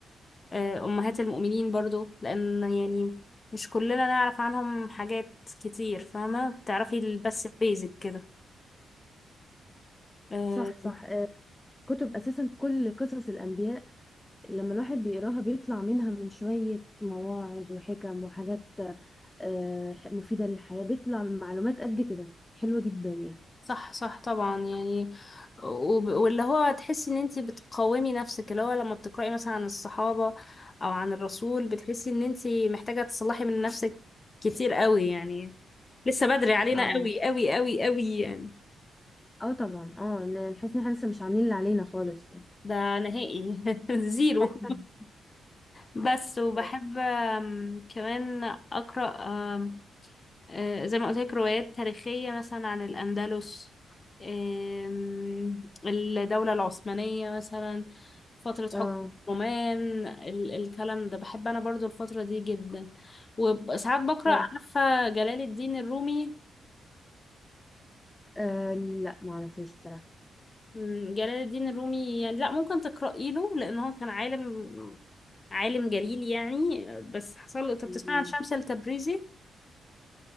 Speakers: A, on the left; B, on the left.
A: آه، أمهات المؤمنين برضو لأن يعني مش كلنا نعرف عنهم حاجات كتير فاهمة بتعرفي ال- بس البيزك كده آه،
B: صح صح آه، كتب اساسا كل قصص الانبياء لما الواحد بيقراها بيطلع منها من شويه مواعظ وحكم وحاجات آه، ح- مفيدة للحياة بيطلع من معلومات قد كده حلوة جدا يعني
A: صح صح طبعا يعني وب- واللي هو تحسي ان انتي بتقاومي نفسك اللي هو لما بتقرأي مثلا عن الصحابة او عن الرسول بتحسي ان انتي محتاجة تصلحي من نفسك كتير قوي يعني لسه بدري علينا
B: اه
A: قوي قوي قوي قوي يعني
B: اه طبعا اه ن- نحس ان احنا لسه مش عاملين اللي علينا خالص يعني
A: ده نهائي <laughs> زيرو
B: <laughs>
A: بس وبحب
B: مم.
A: آم، كمان أقرأ آم، آه، زي ما قلت لك روايات تاريخية مثلا عن الأندلس آم، الدولة العثمانية مثلا فترة
B: اه
A: حكم الرومان ال- الكلام ده بحب أنا برضو الفترة دي جدا وساعات بقرأ
B: حلو
A: عارفة جلال الدين الرومي
B: آه، لا معرفوش بصراحة
A: مم، جلال الدين الرومي يعني لا ممكن تقرأي له لأن هو كان عالم عالم جليل يعني بس حصل له طب
B: مم.
A: تسمع عن شمس التبريزي